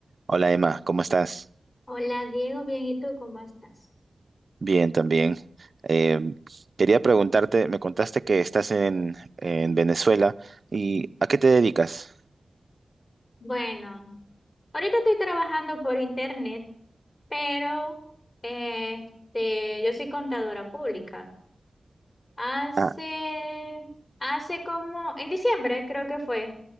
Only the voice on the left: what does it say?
Hola Diego, bien, ¿y tú cómo estás?
Bueno, ahorita estoy trabajando por internet, pero este, yo soy contadora pública. Hace,
hace como, en diciembre creo que fue,